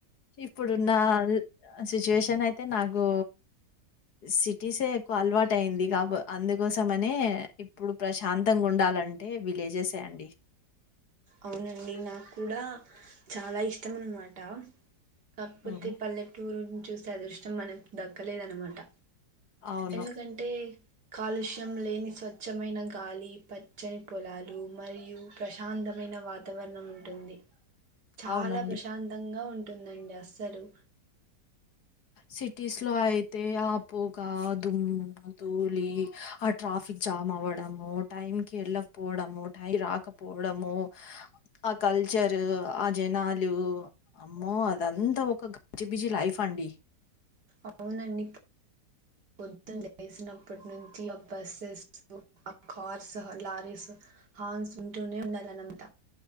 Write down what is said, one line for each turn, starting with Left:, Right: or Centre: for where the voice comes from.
Left: హ్ ఇప్పుడున్న సిచ్యుయేషన్ అయితే నాకు సిటీసే ఎక్కువ అలవాటు అయింది కాబ అందుకోసం అనే ఇప్పుడు ప్రశాంతంగా ఉం అలాంటి విలేజెసే అండి
Right: అవునండి నాకు కూడా చాలా ఇష్టం అన్నమాట. కాకపోతే
Left: ఉమ్,
Right: పల్లెటూరు చూసే అదృష్టం చం మనకు దక్కలేదన్నమాట.
Left: అవును
Right: ఎందుకంటే కాలుష్యం లేని స్వచ్ఛమైన గాలి పచ్చని పొలాలు మరియు ప్రశాంతం. మైన వాతావరణం ఉంటుంది చాలా
Left: అవునండి
Right: ప్రశాంతంగా ఉంటు ఉంటుందండి అస్సలు.
Left: సిటీస్ లో అయితే ఆ పొగ, దుమ్ము, ధూళి ఆ ట్రాఫిక్ జామ్ జామ్ అవ్వడము, టైంకి వెళ్ళకపోవడం, టైంకి రాకపోవడం ఆ కల్చర్ కల్చర్ ఆ జనాలు అమ్మో అదంతా ఒక గజిబిజి లైఫ్ అండి
Right: అవునండి పొద్దున లేచినప్పటి నుంచి ఆ బస్సెస్ ఆ కార్స్ ఆ లారీస్ హార్న్స్ వింటూనే ఉండాలన్నమాట.